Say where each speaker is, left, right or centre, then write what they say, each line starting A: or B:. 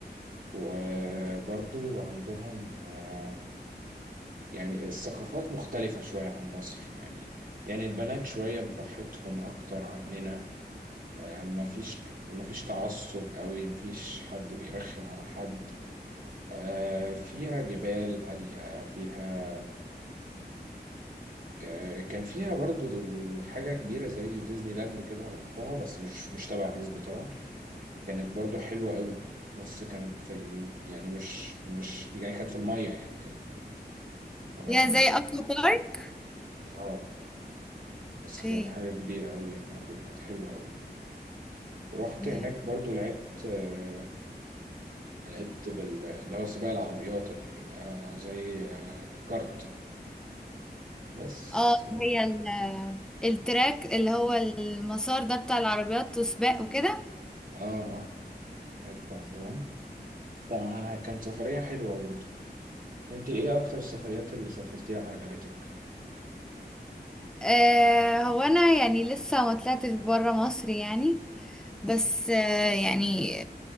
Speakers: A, on the right (about 55°); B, in the centre.
A: وبرضو عندهم آه، يعني الثقافات مختلفة شوية عن مصر يعني يعني البنات شوية براحتهم أكتر عننا آه، مفيش مفيش تعصب قوي مفيش حد بيرخم على حد آه، فيها جبال عالية فيها آه، كان فيها برضو دو- حاجة كبيرة زي ديزني لاند كده رحتها بس مش مش تبع ديزني طبعا كانت برضو حلوة قوي بس كانت في ال... يعني مش مش يعني كانت في المية يعني كانت تبع
B: يا
A: المية
B: زي اكوا بارك
A: اه
B: اوكي
A: بس كانت حاجة كبيرة أوي يعني عندهم كانت حلوة أوي ورحت
B: يا.
A: هناك برضو لعبت آه، لعبت بال... اللي هو سباق العربيات اللي بيبقى زي آه، الكارت بس
B: اه هي ال- التراك اللي هو المسار ده بتاع العربيات وسباق وكده
A: اه اه آه، لعبت عندهم فكانت سفرية حلوة برضو انت ايه أكتر السفريات اللي سافرتيها وعجبتك؟
B: آه هو انا يعني لسه ما طلعتش بره مصر يعني بس آه يعني